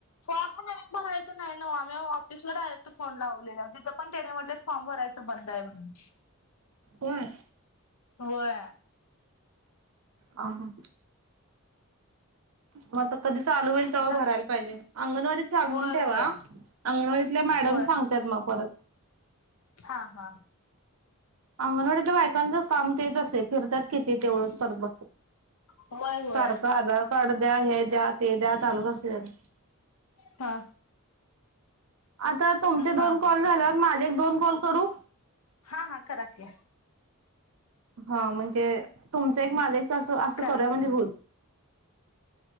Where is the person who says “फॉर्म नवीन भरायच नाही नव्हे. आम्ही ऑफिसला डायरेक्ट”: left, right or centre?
Left